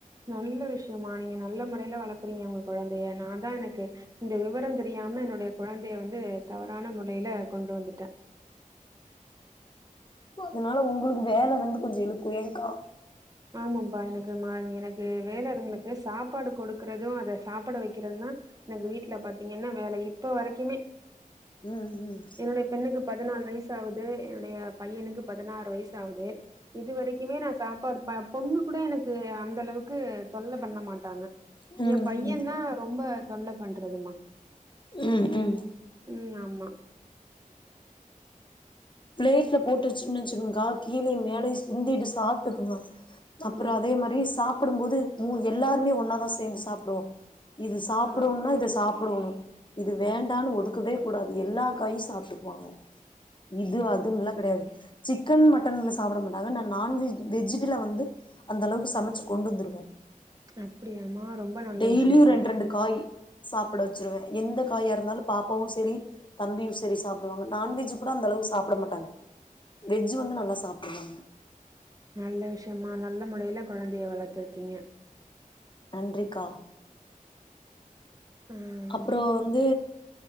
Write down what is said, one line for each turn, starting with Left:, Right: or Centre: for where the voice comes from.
Right: நல்ல விஷயமா நீங்க நல்ல முறைல வளக்குறீங்க உங்க கொழந்தைய நாதா எனக்கு இந்த விவரோ தெரியாம என்னுடைய குழந்தைய வந்து தவறான முறைல கொண்டு வந்துட்டே
Left: அதனால உங்களுக்கு வேல வந்து கொஞ்சோ இழுக்கு ஏங்கா
Right: ஆமாம்பா எனக்கு மா எனக்கு வேலங்களுக்கு சாப்பாடு கொடுக்குறது அத சாப்பாட வெக்கிறதுதா எனக்கு வீட்ல பாத்தீங்கன்னா வேலையே இப்ப வரிக்குமே
Left: ம் ம்
Right: என்னுடைய பெண்ணுக்கு பதினாலு வய்சு ஆவுது என்னுடைய பையனுக்கு பதினாறு வய்சாவுது இது வரைக்குமே நா சாப்பாடு பொண்ணு கூட எனக்கு அந்த அளவுக்கு தொல்ல பண்ண மாட்டாங்க
Left: ம்
Right: எ பையதா ரொம்ப தொல்ல பண்றதுமா
Left: ம் ம்
Right: ம் ஆமா
Left: ப்ளேட்ல போட்டு வெச்சிகன்னு வெச்சுக்கங்கா கீழயு மேலயு சிந்திட்டு சாப்டுக்குங்க அப்பறோ
Right: ஆ
Left: அதே மாரி சாப்டும்போது மு‌ எல்லாருமே ஒன்னாதா சேந்து சாப்டுவோ இது சாப்டோணுனா
Right: ஆ
Left: இத சாப்டோணு இது வேண்டான் ஒதுக்கவே கூடாது எல்லா காயு சாப்டுக்குவாங்க இது அதுன்லா கடையாது சிக்கன் மட்டன்லா சாப்ட மாட்டாங்க ஆனா நான்வெஜ் வெஜுட்டுல வந்து அந்த அளவுக்கு சமச்சு கொண்டு வந்துருவே
Right: அப்டியாமா ரொம்ப நல்ல
Left: டெய்லியு
Right: விஷயமா
Left: ரெண்டு ரெண்டு காய் சாப்பட‌ வெச்சிருவே எந்த காயா இருந்தாலு பாப்பாவு செரி தம்பியு செரி சாப்டுவாங்க நான்வெஜ் கூட அந்த அளவுக்கு சாப்ட மாட்டாங்க வெஜ்ஜு வந்து நல்லா சாப்டுற்றாங்க
Right: நல்ல விஷயமா நல்ல முடைல குழந்தைய வளர்த்துருக்கீங்க
Left: நன்றிக்கா
Right: ம்
Left: அப்றோ வந்து